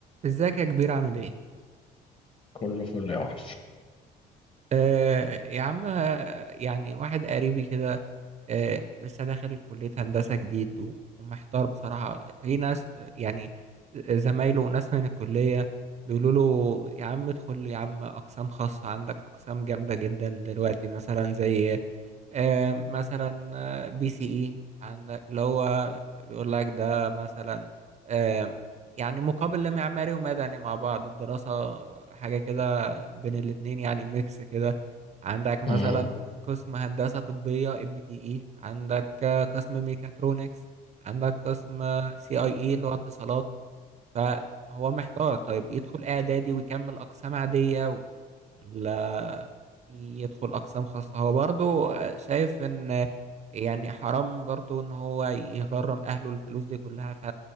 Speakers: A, on the right; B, on the left.
A: ازيك يا كبير عامل ايه؟
B: كله فل يا وحش
A: آه يا عم آه، يعني واحد قريبي كده آه لسه داخل كلية هندسة جديد و- ومحتار بصراحة في ناس آه، يعني زمايله وناس من الكلية بيقولوا له يا عم ادخل يا عم أقسام خاصة عندك أقسام جامدة جدا دلوقتي مثلا زي آه، مثلا آه، بي سي اي عندك اللي هو بيقول لك ده مثلا آه، يعني مقابل لمعماري ومدني يعني مع بعض الدراسة حاجة كده بين الاتنين يعني ميكس كده عندك مثلا
B: مم.
A: قسم هندسة طبية ام تي اي عندك آه، قسم ميكاترونكس عندك قسم سي اي اي اللي هو اتصالات فهو محتار طيب يدخل اعدادي ويكمل اقسام عادية ولا يدخل أقسام خاصة هو برضو شايف إن يعني حرام برضو إن هو يغرم أهله الفلوس دي كلها ف